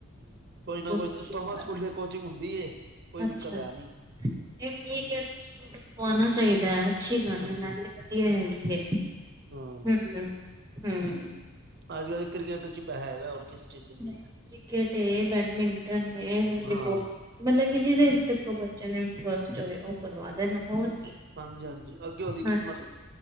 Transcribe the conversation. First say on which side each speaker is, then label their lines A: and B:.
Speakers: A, on the right; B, on the right.
A: ਕੁਝ ਨਾ ਕੁਝ
B: ਵਧੀਆ
A: ਥੋਮਸ ਸਕੂਲ ਕੋਚਿੰਗ ਹੁੰਦੀ ਹੈ
B: ਗੱਲ
A: ਕੋਈ
B: ਅੱਛਾ
A: ਦਿੱਕਤ ਹੈ ਨੀ
B: ਇਹ ਠੀਕ
A: ਹਮ
B: ਹੈ ਉਣਾ ਚਾਹੀਦਾ ਹੈ ਅੱਛੀ ਗਲ
A: ਹਾਂਜੀ
B: ਏ ਨਾਲੇ ਵਧੀਆ ਹੈਗੀ ਏ।
A: ਹਾਂ
B: ਵਧੀਆ ਹੂੰ
A: ਅੱਜ ਕੱਲ੍ਹ ਕ੍ਰਿਕਟ 'ਚ ਪੈਹ ਹੈਗਾ ਹੋਰ ਕਿਸ ਚੀਜ਼ ਚ
B: ਨਹੀਂ
A: ਹੈ
B: ਕ੍ਰਿਕਟ ਹੈ ਬੈਡਮਿੰਟਨ ਹੈ ਵਾਲੀਬਲ
A: ਹਾਂ
B: ਮਤਲਬ ਕਿ ਜਿਹਦੇ ਅਜ ਤੱਕ ਬੱਚਿਆਂ ਨੂੰ ਇੰਟਰਸਟ ਹੋਵੇ ਉਹ ਕਰਵਾ ਦੇਣਾ ਹੋਰ ਕੀ
A: ਹਾਂਜੀ ਹਾਂਜੀ ਅੱਗੇ ਉਹਦੀ
B: ਹਾਂਜੀ
A: ਕਿਸਮਤ